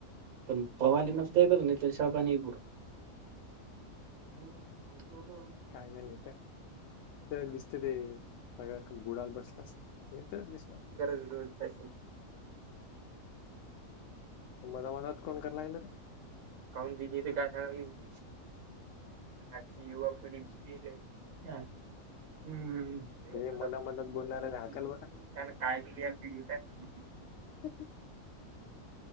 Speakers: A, on the right; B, on the left.
A: पण पहावाले मस्त आहे बरं तसाव पाणी <unintelligible> हम्म हम्म
B: काय झालं होतं नुसतं ते ते बुडतात बसलेल. अस नाही तर दिसणार.
A: व्हिडिओ काडसन
B: मजा मजात कोण <unintelligible>
A: काऊन बीजी येते काय करायला. आजची युवा पिढीजे हा हम्म
B: रे हे
A: मोठा
B: मधा
A: मोठ
B: मधात बोलणाऱ्याला हाकल
A: त्या
B: बरं.
A: काय केली <unintelligible>
B: <unintelligible>